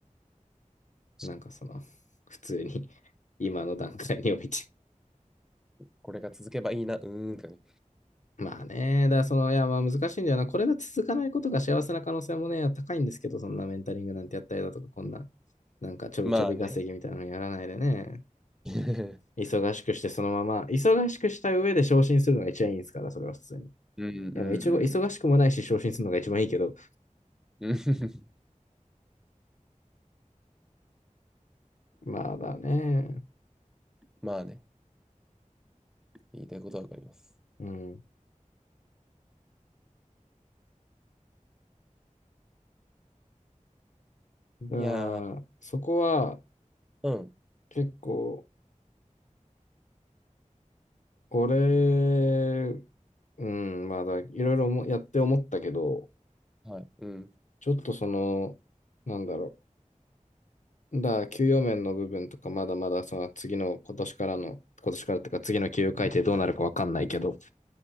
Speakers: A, in the centre; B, on the left (about 65°).
A: 確かに
B: なんかその、普通に <laughs> 今の段階において。
A: これが続けばいいな。うーんとかね。
B: まあね、だからその、いや、まあ難しいんだよな。これが続かないことが幸せな可能性もね、高いんですけど、そんなメンタリングなんてやったりだとか、こんな、なんかちょびちょび稼ぎみたいなのやらないでね、
A: まあね。<laughs>
B: 忙しくしてそのまま、忙しくした上で昇進するのが一番いいですから、それは普通に。い
A: うんうんうん。
B: や、まあ一応、忙しくもないし昇進するのが一番いいけど、
A: うん <laughs>
B: まあだね。
A: まあね。言いたいことはわかります。
B: うん。だか
A: いや
B: らそこは
A: ー、うん。
B: 結構、俺、うん、まあだ、いろいろもやって思ったけど、
A: はい。うん。
B: ちょっとその、なんだろう。だから給与面の部分とか、まだまだその次の今年からの、今年からっていうか次の給与改定どうなるかわかんないけど。